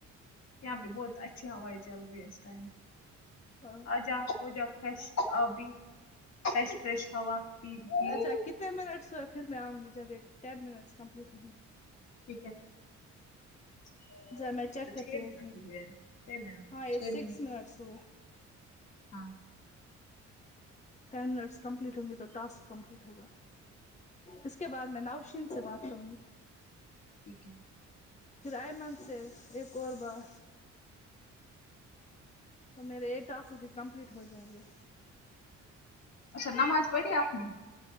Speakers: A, on the left (about 55°); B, on the left (about 25°).
A: یہاں پہ بہت اچھی ہوائیں چل رہی ہے اس ٹائم
B: ہاں
A: آجا ہوجاؤ فریش آپ بھی فریش فریش ہوا پی پیو
B: اچھا کتنے منٹس ہوئے پھر میں آؤں گی جب یہ ٹین منٹس کمپلیٹ ہوں گی
A: ٹھیک ہے اچھا
B: ذرا میں چیک
A: تو
B: کرتی
A: چھ
B: ہوں ایک
A: منٹ ہوۓ ہے چھ منٹ
B: ہاں یہ
A: چھ
B: سکس
A: منٹ
B: منٹس ہوئے
A: ہاں
B: ٹین منٹس کمپلیٹ ہوں گے تو ٹاسک کمپلیٹ ہوگا اس کے بعد میں ناؤشین سے بات کروں گی
A: ٹھیک ہے
B: پھر ائمن سے ایک اور بار اور میرے یہ ٹاسک بھی کمپلیٹ ہو جائیں گے
A: اچھا نماز پڑھی آپ نے